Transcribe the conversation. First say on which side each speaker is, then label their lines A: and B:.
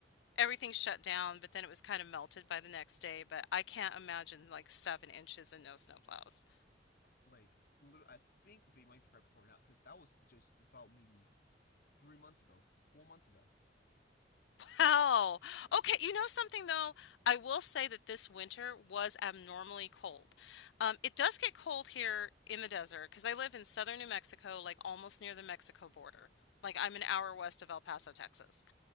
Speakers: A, on the left; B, on the left.
A: everything shut down, but then it was kind of melted by the next day. But I can't imagine like seven inches and no snowplows.
B: Like, lit- I think they might be prepping for it now because that was just about maybe three months ago, four months ago.
A: Wow. Okay, you know something though? I will say that this winter was abnormally cold. Um, it does get cold here in the desert because I live in southern New Mexico, like almost near the Mexico border. Like I'm an hour west of El Paso, Texas.